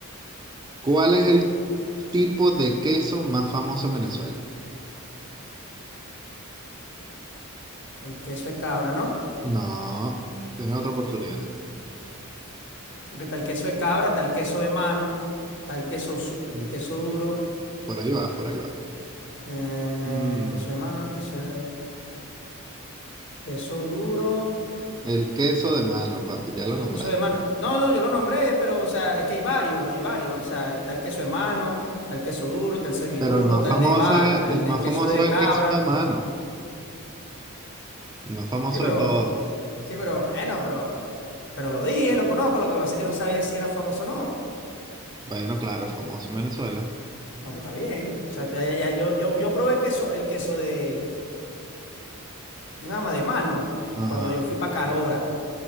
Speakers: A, on the right (about 20°); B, on the left (about 55°).
A: ¿Cuál es el tipo de queso más famoso en Venezuela?
B: el queso de cabra, ¿no?
A: No, tienes otra oportunidad.
B: Porque está el queso de cabra, está el queso de mano, está el queso, su-
A: Mm,
B: el queso duro.
A: Por ahí va, por ahí va.
B: Eh,
A: Mm,
B: queso de mano, queso, Queso duro,
A: el queso de mano, papi, ya lo nombraste.
B: queso de mano. No, no, yo lo nombré, pero, o sea, es que hay varios, hay varios. O sea, está el queso de mano, está el queso duro, está el semiduro,
A: Pero el más
B: está
A: famoso
B: el de va,
A: es,
B: el
A: el
B: de
A: más
B: queso
A: famoso
B: de
A: es
B: cabra.
A: el queso de mano. El más famoso
B: Sí, pero,
A: de todos.
B: sí, pero, bueno, pero, pero lo dije, lo conozco, lo que pasa es que no sabía si era famoso o no.
A: Bueno, claro, famoso en Venezuela.
B: No, pues está bien. O sea, ya, ya- ya yo, yo, yo probé queso, el queso de, de mamá de mano,
A: Ajá.
B: cuando yo fui para Carora,